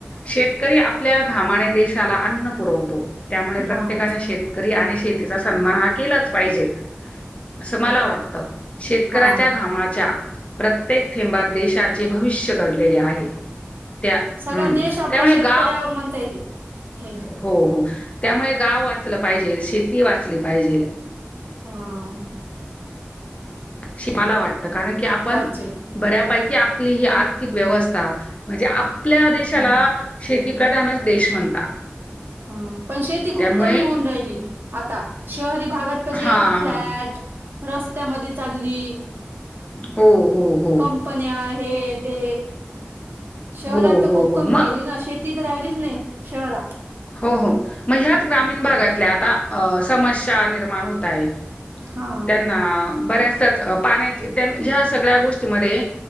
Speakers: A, on the left; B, on the right.
A: शेत शेतकरी आपल्या घामाने देशाला अन्न पुरवतो. त्यामुळे प्रत्येकाने
B: हा
A: शेतकरी आणि शेतीचा सन्मान हा केलाचं पाहिजेल. असं मला वाटत शेतकऱ्याच्या
B: हा
A: घामाच्या प्रत्येक थेंबात देशाचे भविष्य दडलेले आहे, त्या
B: सगळा
A: हम्म
B: देश आपल्या
A: त्यामुळे
B: शेतकऱ्यावर
A: गाव
B: म्हणता येते हे
A: हो हो त्यामुळे गाव वाचलं पाहिजेल, शेती वाचली पाहिजेल.
B: हा आ.
A: <unintelligible> मला वाटत कारण की आपण
B: वाचे
A: बऱ्यापैकी आपली ही आर्थिक
B: हम्म
A: व्यवस्था म्हणजे आपल्या देशाला
B: हम्म
A: शेतीप्रधानचं देश म्हणता
B: हा पण शेती खूप
A: त्यामुळे
B: कमी होऊन राहिली आता शर ते भागात कशे
A: हां,
B: फ्लॅट
A: हां.
B: रस्त्यामध्ये चाली
A: हो, हो, हो.
B: कंपन्या हे ते शहरात
A: हो,
B: तर
A: हो,
B: खूप
A: हो.
B: कमी
A: मग
B: व्हायली ना, शेती तर राहिलीचं नाइ शहरात
A: हो हो म ह्याच ग्रामीण
B: हा
A: भागातल्या आता समस्या नि र्माण होत आहे,
B: हा
A: त्यांना बऱ्याचं च्याच पाण्या ह्या सगळ्या गोष्टीमध्ये